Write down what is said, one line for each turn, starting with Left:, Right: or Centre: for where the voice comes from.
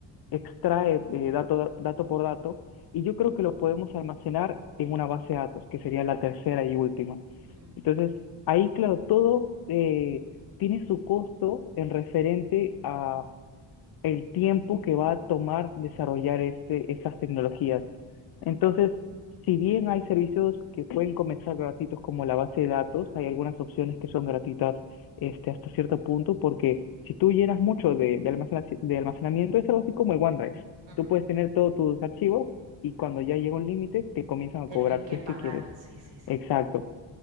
Left: extrae eh, dato, dato por dato y yo creo que lo podemos almacenar en una base de datos, que sería la tercera y última.
Right: ujú,
Left: Entonces, ahí, claro, todo eh, tiene su costo en referente a el tiempo que va a tomar desarrollar este, esas tecnologías. Entonces, si bien hay servicios que pueden comenzar gratuitos como la base de datos, hay algunas opciones que son gratuitas este, hasta cierto punto, porque si tú llenas mucho de, de, almacena- de almacenamiento, es algo así como el OneDrive.
Right: ujú.
Left: Tú puedes tener todos tus archivos y cuando ya llega un límite, te comienzan a
Right: Tengo
Left: cobrar
Right: que
Left: si
Right: pagar,
Left: es que quieres.
Right: sí, sí, sí.
Left: Exacto.